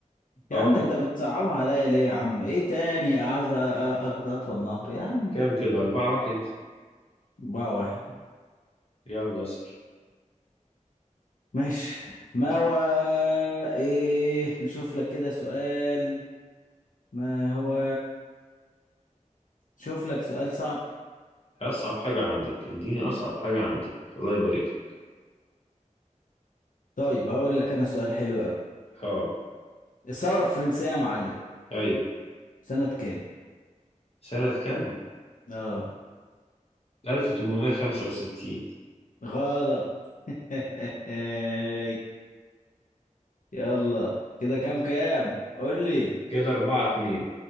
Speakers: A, on the left; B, on the left.
A: يا
B: آه
A: عم انت بتصعبها عليا ليه يا عم ايه تاني اعز اخد اطول نهر يا عم
B: كام كده أربعة واحد
A: بقى واحد يعني
B: يلا اسأل
A: ماشي ما هو ايه نشوف لك كده سؤال ما هو شوف لك سؤال صعب
B: أصعب حاجة عندك اديني أصعب حاجة عندك الله يبارك لك
A: طيب هقول لك انا سؤال حلو قوي
B: آه
A: الثورة الفرنسية يا معلم
B: أيوه
A: سنة كام
B: سنة كام؟
A: اه
B: 1865
A: غلط <laughs> يلا كده كام كام قول لي
B: كده أربعة اتنين